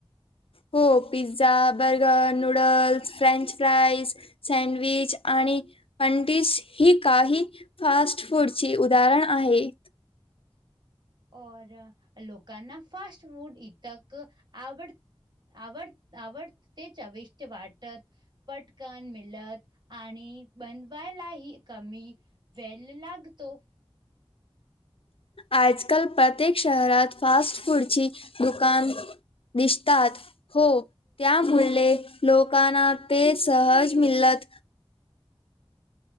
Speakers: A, on the left; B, on the right.
A: हो pizza, burger, noodles, French fries. Sandwich आणि पॅंटीस ही काही फास्ट फूडची उदाहरण आहे.
B: और लोकांना फास्ट फूड इतक आवड आवड आवडत ते चविष्ट वाटत. पटकन मीलत आणि बनवायला ही कमी वेलल लागतो.
A: आज काल प्रत्येक शहरात फास्ट पुढची दुकान दिशतात. हो तयामुले लोकांना ते सहज
B: ले
A: मिदत